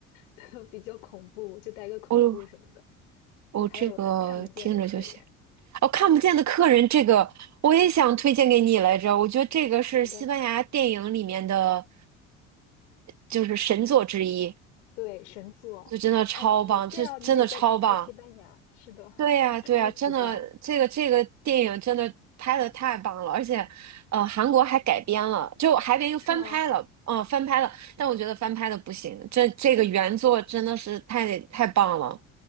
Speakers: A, on the left; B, on the right.
A: <laughs> 都比较恐怖，就带个恐怖什么的。
B: 哦哦，
A: 对，还有看不见的客人，
B: 这个听着就行。哦，看不见的客人这个我也想推荐给你来着，我觉得这个是西班牙电影里面的，
A: 是的，
B: 就是神作之一，
A: 对，神作，
B: 就真的超棒，
A: 哎，
B: 这真的超棒。
A: 对啊，你也在在西班牙，是的，
B: 对呀，
A: <laughs>
B: 对呀，
A: 超级棒，
B: 真的，这个这个电影真的拍的太棒了，而且，呃，韩国还改编了，就还编又翻拍了，
A: 是吗？
B: 嗯、翻拍了，但我觉得翻拍的不行，这这个原作真的是太太棒了。